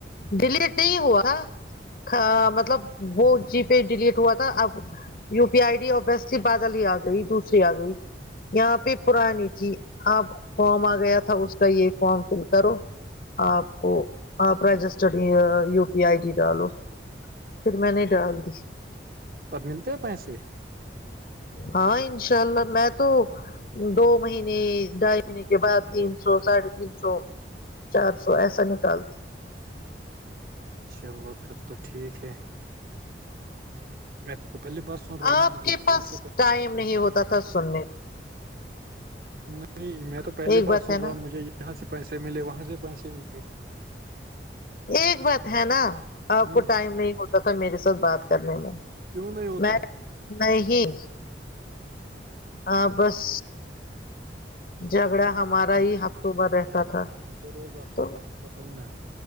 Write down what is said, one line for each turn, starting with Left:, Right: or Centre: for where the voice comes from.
Left: ڈیلیٹ نہیں ہوا تھا مطلب وہ جی پے ڈلیٹ ہوا تھا اب یو پی آئی ڈی اور بس سے بادل ہی آ گئی دوسری آ گئی یہاں پہ پرانی تھی اپ فارم آ گیا تھا اس کا یہ فارم فل کرو آپ کو پرجٹٹڈی یو پی آئی ڈی ڈالو پھر میں نہیں ڈال دی
Right: اب ملتے ہیں پیسے
Left: ہاں انشاء اللہ میں تو دو مہینے ڈھائی مہینے کے بعد تین سو ساڑھے تین سو چار سو ایسا نکالتے
Right: چلو پھر تو ٹھیک ہے میں تو پہلی بات سن رہا
Left: آپ
Right: ہوں مجھے
Left: کے
Right: یہاں
Left: پاس
Right: سے پ <unintelligible>
Left: ٹائم نہیں ہوتا تھا سننے
Right: نہیں میں تو
Left: کو،
Right: پہلی
Left: ایک بات
Right: بار سن
Left: ہے نا
Right: رہا ہوں مجھے یہاں سے پیسے ملے وہاں سے پیسے ملے
Left: ایک بات ہے نا آپ
Right: ہ
Left: کو ٹائم نہیں ہوتا تھا میرے ساتھ بات کرنے میں
Right: کیوں نہیں ہوتا
Left: میں
Right: ہے
Left: نہیں ہ بس جھگڑا ہمارا
Right: میں
Left: ہی ہفتوں ب رہتا تھا
Right: میں تو روز آپ سے
Left: تو
Right: بات کرتا ہوں نا